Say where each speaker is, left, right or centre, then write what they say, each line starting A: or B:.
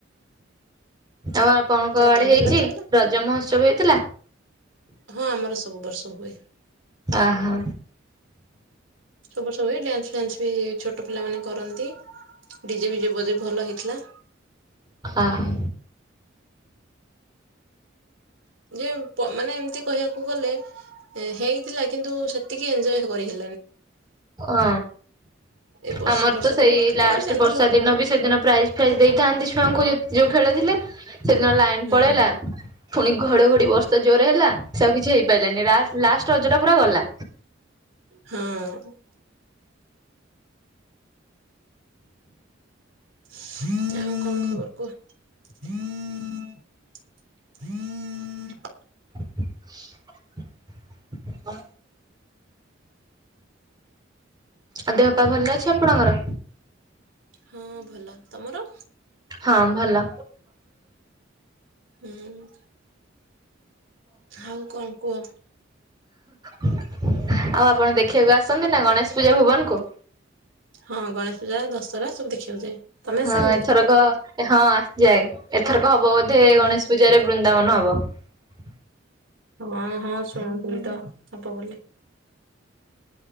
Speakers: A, on the right; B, on the right.
A: ଆଉ ଆପଣଙ୍କ ଆଡ଼େ
B: ତ ହେଲା
A: ହେଇଛି
B: ତ ହେଲା
A: ରଜ ମହୋତ୍ସବ ହେଇଥିଲା?
B: ହଁ ଆମର ସବୁ ବର୍ଷ ହୁଏ।
A: ଆହା
B: ସବୁ ସବୁ ଡ୍ୟାନ୍ସ ଫାନ୍ସ୍ ବି ଛୋଟ ପିଲା ମାନେ କରନ୍ତି। ଡ଼ିଜେ ଫିଜେ ବଜେ ଭଲ ହେଇଥିଲା।
A: ଆହା
B: ଯେ ମାନେ ଏମିତି କହିବାକୁ ଗଲେ ହେଇଥିଲା କିନ୍ତୁ ସେତିକି ଏଞଜୟ କରିହେଲା
A: ଅ
B: ଏ ବର୍ଷା
A: ଆମର
B: ଫର୍ଷା
A: ତ ସେଇ
B: ପାଇଁ
A: ଲାଷ୍ଟ
B: କରିଛନ୍ତି
A: ବର୍ଷା
B: ଲୋକମାନେ
A: ଦିନ ବି ସେଦିନ ପ୍ରାଇଜ୍ ଫାଇଜ୍ ଦେଇଥାନ୍ତେ ଛୁଆଙ୍କୁ ଯୋଉଁ ଖେଳଥିଲେ ସେଦିନ ଲାଇନ
B: ହୁଁ
A: ପଳେଇଲା ପୁଣି ଘଡଘଡି ବର୍ଷା ତ ଜୋରରେ ହେଲା ସେ ଆଉ କିଛି ହେଇପାରିଲାନି ଲା ଲାଷ୍ଟ ରଜ ଟା ପୁରା ଗଲା।
B: ହଁ ଆଉ ଆଉ କଣ ଖବର କୁହ? ହୁଁ
A: ହ <unintelligible> ଆଉ ଦେହ ପା ଭଲ ଅଛି ଆପଣଙ୍କର?
B: ହଁ ଭଲ! ତମର?
A: ହଁ ଭଲ।
B: ହୁଁ ଆଉ କଣ କୁହ?
A: ଆଉ ଆପଣ ଦେଖିବାକୁ ଆସନ୍ତି ନା ଗଣେଶ ପୂଜା ଭୁବନ କୁ?
B: ହଁ ଗଣେଶ ପୂଜା ଦଶହରା ସବୁ ଦେଖିବାକୁ ଯାଏ। ତମେ ଆସ
A: ହଁ
B: କି ନାଇଁ?
A: ଏଥରକ ହଁ ଆସି ଯାଏ ଏଥରକ ହବ ବୋଧେ ଗଣେଶ ପୂଜାରେ ବୃନ୍ଦାବନ ହବ। ବ।
B: ହଁ ହଁ ଶୁଣୁଥିଲି ତ ହବ ବୋଲି।